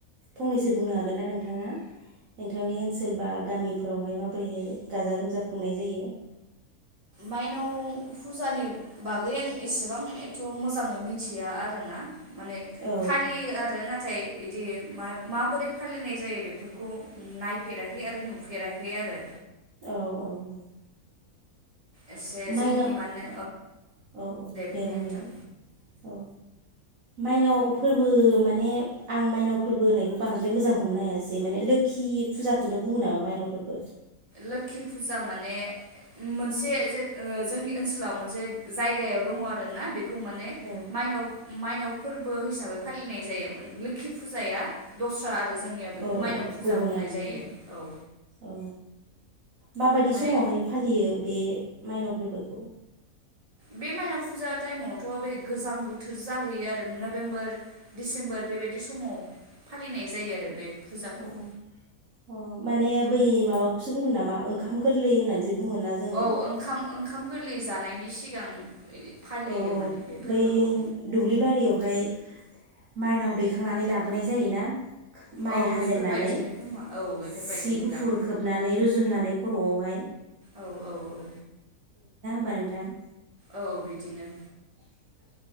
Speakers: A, on the right; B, on the right.
A: फंनैसो बुंनो हागोनना नोंथाङा नोंथांनि ओनसोल बा गामिफोरावहाय माबोरैहाय गाजा गोमजा खुंनाय जायो
B: माइनाव फुजानि बागै आं एसेबां एथ मोजाङै मिथिया आरोना माने
A: औ
B: फालियो आरो ना ‌ थाय इदि मा- माबोरै फालिनाय जायो बेफोरखौ नायफेराखै आरो नुफेराखै आरो
A: औ औ
B: एसे जोंनि
A: माइनाव
B: माने
A: औ औ दे
B: बुंनाय
A: बुंलाय
B: नोंथां
A: औ माइनाव फोरबो माने आं माइनाव फोरबो होननायखौ बांद्राय मोजां हमनो हायासै माने लोखि फुजाखौनो बुंङो नामा मायनाव फोरबो।
B: लोखि फुजा माने मोनसे जोंनि ओनसोलाव मोनसे जायगायाव दंङ आरोना बे खौ माने
A: औ
B: माइनाव माइनाव फोरबो हिसाबै फालिनाय जायोमोन लोखि फुजाया दस्रा आरो। आरो जोंनियाव बेखौ
A: औ
B: मायनाव
A: औ
B: फुजा
A: गुबुन
B: बुंनाय
A: आरोना
B: जायो औ।
A: औ माबायदि
B: माने
A: समावहाय फालियो? बे माइनाव फोरबोखौ।
B: बे माइनाव फुजा टाइमावथ' बे गोजां बोथोर जाहैयो आरो नभेम्बर डिसेम्बर बेबायदि समाव फालिनाय जायो आरो बे। फुजाखौ।
A: अ अ माने बै माबाखौसो बुंदों नामा ओंखाम गोरलै होननानै जे बुङोना जोङो
B: औ ओंखाम ओंखाम गोरलै जानाय। जानायनि सिगां। फालियो
A: औ औ
B: माने बे फोरबोखौ
A: बै दुब्लि बारियावहाय। माइनाव दैखांनानै लाबोनाय जायोना। माइ
B: औ
A: हाजेनन्नानै
B: बेफोरबायदिनो खोमा औ बेफोरबायदिनोदां
A: सि गुफुर खोबनानै रुजुननानै खर'आवहाय।
B: औ औ औ।
A: बा नोंथां।
B: औ बिदिनो।